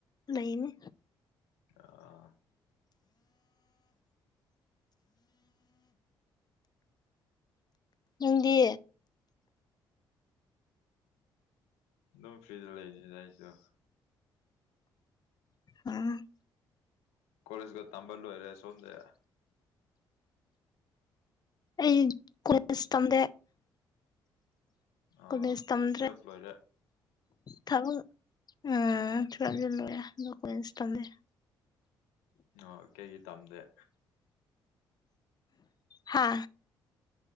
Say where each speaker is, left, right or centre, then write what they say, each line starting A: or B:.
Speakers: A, on the left (about 40°); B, on the left (about 80°).
A: ꯂꯩꯅꯤ
B: ꯑꯥ
A: ꯅꯪꯗꯤ
B: ꯑꯗꯨꯝ ꯐ꯭ꯔꯤꯗ ꯂꯩꯅꯤ ꯗ ꯑꯩꯁꯨ
A: ꯎꯝ
B: ꯀꯣꯂꯦꯖꯀ ꯇꯝꯕ ꯂꯣꯏꯔꯦ ꯁꯣꯝꯗ
A: ꯑꯩ ꯀ‌ꯣ ꯂ‌ꯦꯖ ꯇꯝꯗ‌ꯦ
B: ꯑꯥ
A: ꯀ‌ꯣꯂ‌ꯦꯖꯁ ꯇꯝꯗ꯭ꯔꯦ
B: ꯇꯨꯌꯦꯜꯐ ꯂꯣꯏꯔꯦ
A: ꯊꯕꯛ ꯎꯝ ꯇꯨꯑꯦꯚꯇꯤ ꯂ‌ꯣꯏꯔ‌ꯦ ꯑꯗ‌ꯣ ꯀꯣꯂ‌ꯦꯖꯁꯇꯤ ꯇꯝꯗ‌ꯦ
B: ꯑꯣ ꯀꯩꯒꯤ ꯇꯝꯗꯦ
A: ꯍꯥ